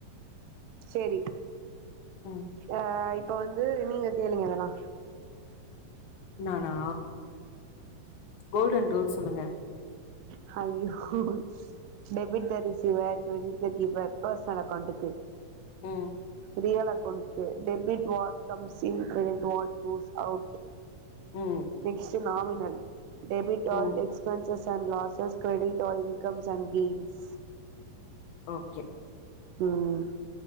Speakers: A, on the right (about 80°); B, on the left (about 80°).
A: செரி
B: ம்
A: ஆ இப்ப வந்து நீங்க கேளுங்க அதெல்லா
B: நானா golden rules சொல்லுங்க
A: ஹய்யோ debit the receiver credit the giver personal அக்கௌண்ட்டுக்கு
B: ம்
A: ரியல் அக்கௌண்ட்க்கு debit what comes in credit what goes out
B: ம்
A: நெக்ஸ்ட் நாமினரி டெபிட் ஆல்
B: ம்
A: expenses and losses credit all incomes and gains
B: okay
A: ம்